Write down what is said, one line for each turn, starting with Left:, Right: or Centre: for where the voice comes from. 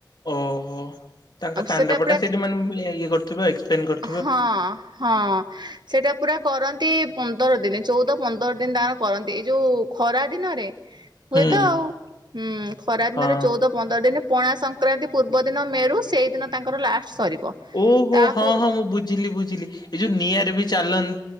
Left: ଓ ହୋ, ତାଙ୍କ ତାଣ୍ଡବଟା
Right: ସେଟା
Left: ସେଠି ମାନେ ମୁଁ ଇଏ-ଇଏ କରୁଥିବେ ଏକ୍ସପ୍ଲେନ କରୁ
Right: ହଁଅ-ହଁଅ। ସେଇଟା ପୁରା କରନ୍ତି ପନ୍ଦର ଦିନ ଚଉଦ ପନ୍ଦର ଦିନ ତାଙ୍କ କରନ୍ତି ଏଇ ଯୋଉ ଖରା ଦିନରେ
Left: ହୁଁ
Right: ହୁଏ ତ ଆଉ, ହୁଁ-ଉଁ-ଉଁ ଖରାଦିନରେ
Left: ହଁ।
Right: ଚଉଦ ପନ୍ଦର ଦିନ ପଣା ସଂକ୍ରାନ୍ତି ପୂର୍ବଦିନ ମେରୁ ସେଇ ଦିନ ତାଙ୍କର ଲାଷ୍ଟ ସରିବ।
Left: ଓ ହୋ
Right: ତା
Left: ହଁ-ହଁ
Right: ପୂର୍ବ
Left: ମୁଁ ବୁଝିଲି ବୁଝିଲି, ଏ ଯୋଉ ନିଆଁରେ ବି ଚାଲନ୍